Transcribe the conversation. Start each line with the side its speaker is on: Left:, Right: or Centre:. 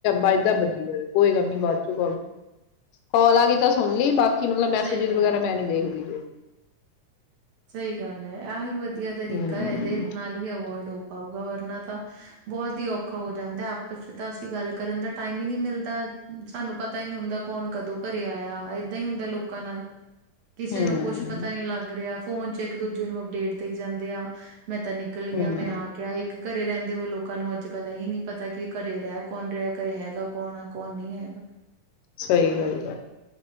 Left: ਬਜਦਾ ਬੱਜੀ ਜਾਵੇ ਕੋਈ ਗੱਲ ਨੀ ਬਾਅਦ ਚ ਕਾਲ ਆ ਗਈ ਤਾਂ ਸੁਣ ਲਈ ਬਾਕੀ ਕਿ ਮਤਲਬ ਮੈਸੇਜ
Right: ਸਹੀ ਗੱਲ
Left: ਵਗੈਰਾ
Right: ਹੈ
Left: ਮੈਂ ਨੀ ਦੇਖਦੀ
Right: ਸਹੀ ਗੱਲ ਹੈ ਆਹੀ ਵਧੀਆ ਤਰੀਕਾ
Left: ਹੂੰ
Right: ਇਹਦੇ ਨਾਲ ਹੀ ਅਵੋਇਡ ਹੋ ਪਾਊਗਾ ਵਰਨਾ ਤਾਂ ਬਹੁਤ ਹੀ ਔਖਾ ਹੋ ਜਾਂਦਾ ਆਪਸ ਚ ਤਾਂ ਅਸੀਂ ਗੱਲ ਕਰਨ ਦਾ ਟਾਈਮ ਹੀ ਨਹੀਂ ਮਿਲਦਾ ਤਾਂ ਸਾਨੂੰ ਪਤਾ ਹੀ ਨੀ ਹੁੰਦਾ ਕੌਣ ਕਦੋਂ ਘਰੇ ਆਇਆ ਨਹੀ ਹੁੰਦਾ ਲੋਕਾਂ ਨਾਲ ਕਿਸੇ
Left: ਹੂੰ
Right: ਨੂੰ ਕੁੱਛ ਪਤਾ ਨੀ ਲੱਗ ਰਿਹਾ ਫੋਨ ਚ ਇੱਕ ਦੂਜੇ ਨੂੰ ਅਪਡੇਟ ਦੇ ਜਾਂਦੇ ਆ ਮੈਂ ਤਾਂ ਨਿਕਲ ਗਿਆ
Left: ਹੂੰ
Right: ਮੈਂ ਆ ਗਿਆ ਇੱਕ ਘਰੇ ਰਹਿੰਦੇ ਹੋਏ ਲੋਕਾਂ ਨੂੰ ਅੱਜ ਕੱਲ ਇਹੀ ਨਹੀਂ। ਪਤਾ ਕਿ ਘਰੇ ਰਹਿ ਕੌਣ ਰਿਹਾ ਘਰੇ ਹੈਗਾ ਕੌਣ ਆ ਕੌਣ ਨਹੀਂ ਹੈਗਾ
Left: ਸਹੀ ਗੱਲ ਹੈ,